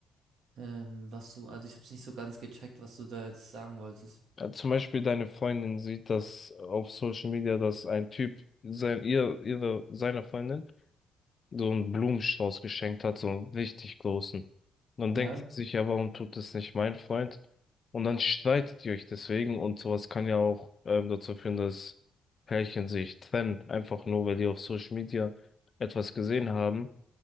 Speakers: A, on the right; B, on the left.
A: Ähm, was du, also ich habe es nicht so ganz gecheckt, was du da jetzt sagen wolltest.
B: Äh, Zum Beispiel deine Freundin sieht das auf Social Media, dass ein Typ sein, ihr, ihre, seiner Freundin so einen Blumenstrauß geschenkt hat, so einen richtig großen. Und dann
A: Ja,
B: denkt sie sich, ja, warum tut das nicht mein Freund? Und dann streitet ihr euch deswegen und sowas kann ja auch ähm, dazu führen, dass Pärchen sich trennen, einfach nur, weil die auf Social Media etwas gesehen haben,